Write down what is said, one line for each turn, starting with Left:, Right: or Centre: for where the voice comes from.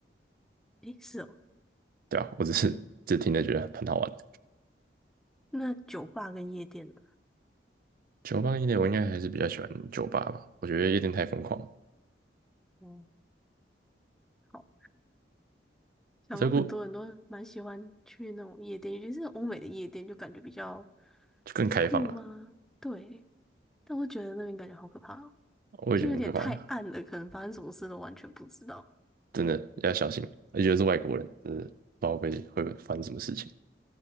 Centre: 诶、哎是哦，
Right: 对啊，我只是只听着觉得很好玩。
Centre: 那酒吧跟夜店呢？
Right: 酒吧夜店我应该还是比较喜欢酒吧吧，我觉得夜店太疯狂了，
Centre: 嗯，好，想说很多人都蛮喜欢去那种夜店，
Right: 德个
Centre: 尤其是欧美的夜店，就感觉比较
Right: 就更开放了，
Centre: 酷吗？对。但我觉得那边感觉好可怕哦，
Right: 我也觉得很可怕，
Centre: 就有点太暗了，可能发生什么事都完全不知道。
Right: 真的要小心，而且是外国人，真的不知道会会发生什么事情，